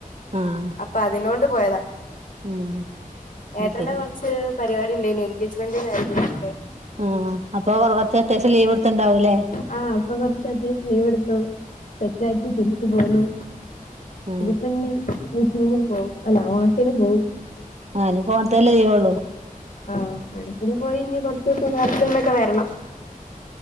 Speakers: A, on the right (about 50°); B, on the left (about 65°).
A: ആഹ്
B: അപ്പൊ അതിനോണ്ട് പോയതാ
A: ആഹ് അത്
B: ഏട്ടന്റെ
A: ശരി
B: കൊറച്ച് പരിപാടി ഇണ്ടായിനേ എൻഗേജ്മെന്റ് കാര്യങ്ങളൊക്കെ
A: ആ അപ്പൊ കൊറച്ചത്യാവശ്യം ലീവ് എടുത്ത്ണ്ടാവൂല്ലേ
B: ആ അപ്പൊ കൊറച്ചത്യാവശ്യം ലീവ് എടുത്തു സെറ്റാക്കി തിരിച്ചു പോന്നു
A: ആ
B: ഇനിപ്പന്നി വിഷുനു പോവും അല്ല ഓണത്തിന് പോവും
A: ആ ഇനിപ്പോഓണത്തിനല്ലേ ലീവുള്ളു
B: ആഹ് ഓണത്തിന് പോയി ഇഞ്ഞ് കൊറച്ച് ദിവസം <unintelligible> വരണം